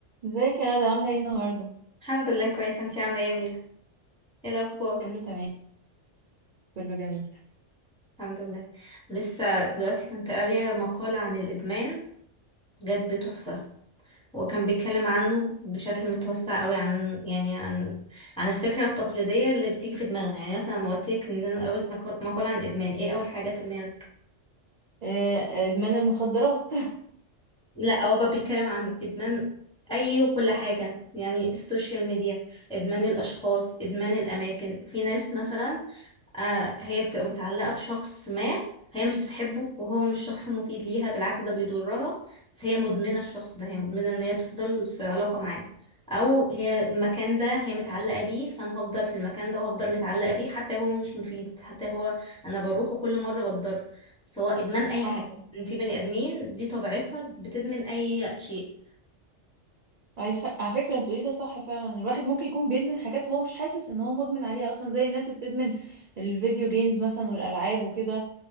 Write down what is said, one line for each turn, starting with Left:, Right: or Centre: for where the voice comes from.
Right: ازيك يا ندى عاملة ايه النهاردة؟
Centre: الحمد لله كويسة انتي عاملة ايه يا ميرا ايه الأخبار
Right: كله تمام كله جميل
Centre: الحمد لله لسه دلوقتي كنت قارية مقال عن الإدمان جد تحفة وكان بيتكلم عنه بشكل متوسع قوي عن يعني عن عن الفكرة التقليدية اللي بتيجي في دماغنا يعني مثلا لما قلت لك ان انا قريت مقال, مقال عن الإدمان ايه أول حاجات في دماغك
Right: آه، آه، ادمان المخدرات
Centre: لا هو بقى بيتكلم عن ادمان اي وكل حاجه يعني السوشيال ميديا ادمان الاشخاص ادمان الاماكن في ناس مثلا آه هي بتبقى متعلقه بشخص ما هي مش بتحبه وهو مش شخص مفيد ليها بالعكس ده بيضرها بس هي مدمنه الشخص ده هي مدمنه ان هي تفضل في علاقه معاه او هي المكان ده هي متعلقه بيه فانا هفضل في المكان ده وهفضل متعلقه بيه حتى هو مش مفيد حتى هو انا بروحه كل مره بتضر سواء ادمان اي
Right: <laughs>
Centre: حاجه
Right: اه
Centre: ان في بني ادمين دي طبيعتها بتدمن اي شيء
Right: على ف- على فكرة انت بتقولي ده صح فعلا الواحد ممكن يكون بيدمن حاجات هو مش حاسس ان هو مدمن عليها اصلا زي الناس اللي بتدمن الفيديو جيمز مثلا والالعاب وكده